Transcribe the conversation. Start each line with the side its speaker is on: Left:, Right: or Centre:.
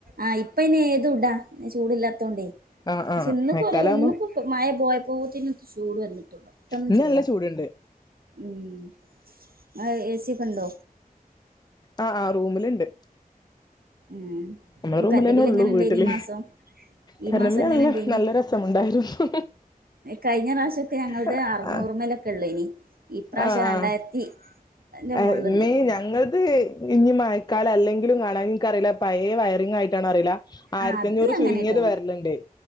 Right: ആഹ് ഇപ്പ ഇനി ഏതും ഇടാ ചൂടല്ലാത്തോണ്ടേ
Left: ആ
Right: പക്ഷെ
Left: ആ
Right: ഇന്ന്
Left: മഴക്കാലാവുമ്പോ
Right: കൊറേ ഇന്നപ്പോ മയ പോയപോതേനു ചൂട് വന്നു പെട്ടന്ന്
Left: ഇന്ന്
Right: ചൂടായി
Left: നല്ല ചൂടുണ്ട്
Right: ഉമ്മ് ആഹ്‌ എ സി ടണ്ട്
Left: ആഹ് ആഹ് റൂമിലുണ്ട്
Right: ഉം
Left: നമ്മെ
Right: അപ്പൊ
Left: റൂമിലന്നെ
Right: കറന്റ് ബില്ല്
Left: ഉള്ളു
Right: എങ്ങനെ
Left: വീട്ടില്
Right: ഇണ്ടേനി ഈ മാസം ഈ
Left: കറന്റ്
Right: മാസം
Left: ബില്ല്
Right: എങ്ങനെ
Left: നല്ല
Right: ഇണ്ടേനി
Left: നല്ല രസമുണ്ടായിരുന്നു
Right: കഴിഞ്ഞ പ്രാവശ്യമൊക്കെ ഞങ്ങളത്
Left: ആ
Right: അറുന്നൂറുമേലൊക്കെ ഉള്ളേനി ഇപ്രാവശ്യം
Left: ആഹ് ആഹ്‌
Right: രണ്ടായിരത്തി ന്റെ
Left: ആമ്മേ
Right: മോളിലുണ്ട്
Left: ഞങ്ങളത് <unintelligible> കാലാല്ലെങ്കിലും കാണും നിക്ക് അറിയില്ലപ്പ ഏഹ് വയറിംഗ് ആയിട്ടാണ് അറിയില്ല ആയിരത്തി
Right: ആ അത്
Left: അഞ്ഞൂറ്
Right: അങ്ങനെട്ടോ
Left: ചുരുങ്ങിയത് വരലുണ്ട്